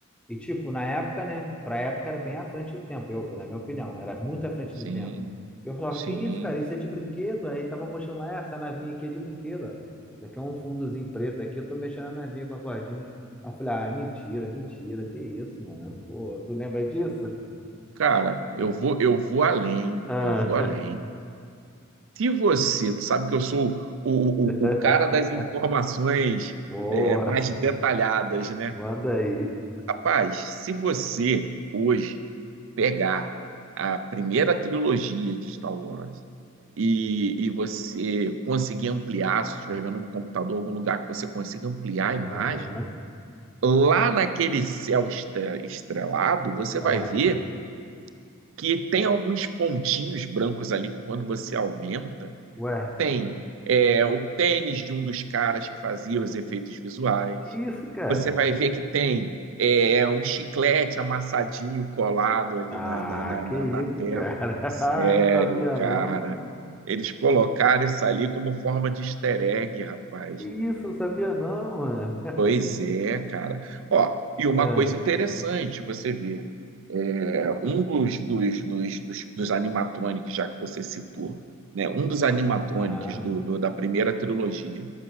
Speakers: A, in the centre; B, on the right.
A: E, tipo, na época, né? Pra época era bem à frente do tempo, eu, na minha opinião, era muito à frente
B: sim,
A: do tempo. Eu falava,
B: sim.
A: que isso, cara, isso é de brinquedo? Aí tava mostrando lá, "É, essa navinha aqui é de brinquedo. ó. Isso aqui é um fundozinho preto aqui, eu tô mexendo na navinha com a cordinha. Aí eu falei, ah, mentira, mentira, que isso, mano? Pô, tu lembra disso?
B: Cara, eu vou, eu vou além,
A: Ah,
B: eu vou além. Se você, tu sabe que eu sou o,
A: <laughs>
B: o, o cara das informações
A: boa,
B: é, mais detalhadas, né?
A: manda aí.
B: Rapaz, se você hoje pegar a primeira trilogia de Star Wars e, e você conseguir ampliar, se estiver vendo no computador algum lugar que você consiga ampliar a imagem,
A: Aham,
B: lá naquele céu estre- estrelado, você vai
A: ah,
B: ver que tem alguns pontinhos brancos ali que quando você aumenta,
A: ué,
B: tem é, o tênis de um dos caras que fazia os efeitos visuais.
A: que isso, cara?
B: Você vai ver que tem é, é um chiclete amassadinho colado ali
A: Ah,
B: na, na, na,
A: que
B: na,
A: isso,
B: na tela.
A: cara? <laughs>
B: Sério,
A: Sabia
B: cara.
A: não.
B: Eles colocaram isso ali como forma de easter egg, rapaz.
A: Que isso, não sabia não, mano.
B: Pois é, cara. Ó, e uma
A: Ah,
B: coisa interessante, você vê é, um dos, dos, dos, dos, dos animatronics, já que você citou, né? Um dos animatronics
A: Aham.
B: do, do- da primeira trilogia,